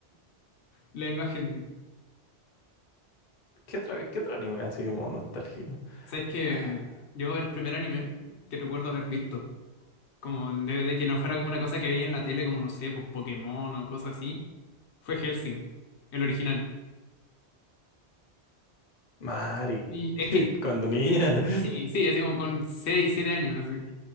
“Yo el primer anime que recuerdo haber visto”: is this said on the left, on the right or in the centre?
Left